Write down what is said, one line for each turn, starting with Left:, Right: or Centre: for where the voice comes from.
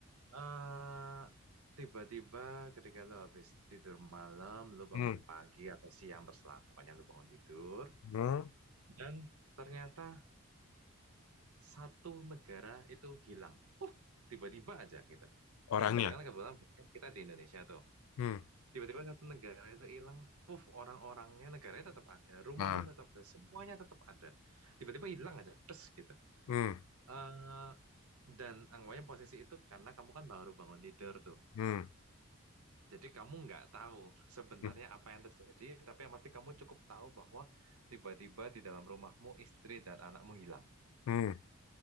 Right: eh tiba-tiba ketika lu habis tidur malam, lu bangun
Left: hmm,
Right: pagi atau siang terserah, pokoknya lu bangun tidur,
Left: hmm.
Right: dan ternyata satu negara itu hilang. Uh, tiba-tiba aja gitu.
Left: Orangnya.
Right: Dan ternyata kebetulan kita di Indonesia tuh.
Left: Hmm,
Right: Tiba-tiba satu negara itu hilang, puff orang-orangnya negaranya tetap ada, rumahnya
Left: nah,
Right: tetap ada, semuanya tetap ada. Tiba-tiba hilang aja, terus gitu.
Left: hmm,
Right: eh dan anggapannya posisi itu karena kamu kan baru bangun tidur tuh.
Left: hmm,
Right: Jadi kamu nggak tahu sebenarnya
Left: hmm,
Right: apa yang terjadi, tapi yang pasti kamu cukup tahu bahwa tiba-tiba di dalam rumahmu istri dan anakmu hilang.
Left: hmm.